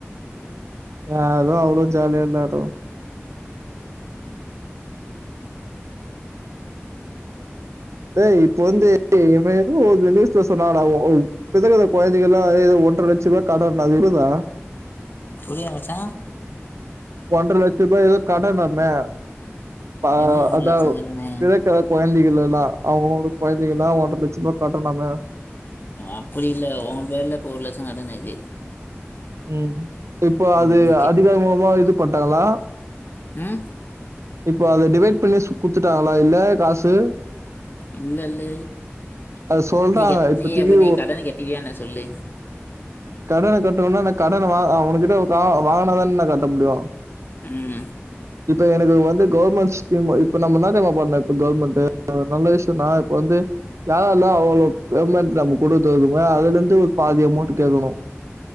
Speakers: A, on the right; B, on the left.
A: யாரும் அவ்ளோ ஜாலியா இல்ல ஆட்டோ ஏ் இப்ப வந்து ஏதோ ஒரு நியூஸ்ல சொன்னடா புது வித கொழந்தைங்கல ஏத ஒன்றரை லட்ச ரூபா கடன் அதுதா
B: புரியவிட்ட
A: ஒன்றரை லட்ச ரூபா ஏதோ கடனமே பா
B: என்னது ஒன்ற
A: அத
B: லட்சம் கடனு
A: பிள்ளைக்கு கொழுந்தைங் குழந்தைகள்ல்லா அவுங்க குழந்தைகள்ல்லா ஒன்ர லட்ச ரூப கடனமே
B: அப்டில்ல உ பேர்ல இப்ப ஒரு லட்ச கடன் இருக்கு
A: ம் இப்போ
B: ம்
A: அது
B: நீ கே
A: அதிகார முலமா இது போட்டாளா
B: ம்
A: இப்போ அத டிவைட் பண்ணி குடுத்துட்டாங்களா இல்ல காசு
B: இல்ல இல்ல
A: அது சொல்றாங்க
B: நீ கட்ட
A: இப்பத்திக்கு
B: நீ எப்பமே நீ கடன் கட்டுவிய என்ன சொல்லு
A: கடன கட்டணும்னா நா கடன வா அவனேகிட்ட ந வாங்கினதான நா கட்ட முடியு
B: ம்
A: இப்ப எனக்கு வந்து கவர்மெண்ட் ஸ்கீமு இப்ப நம்ம என்ன திரியுமா பண்ணு இப்ப கவர்மெண்ட்டு நல்ல விஷயோ நா ப்ப வந்து யாரா ல்ல அவ்ளோ <unintelligible> நம்ம கொடுத்ததுக்கும அதுல இருந்து ஒரு பாதி அமௌண்ட் கேட்கணு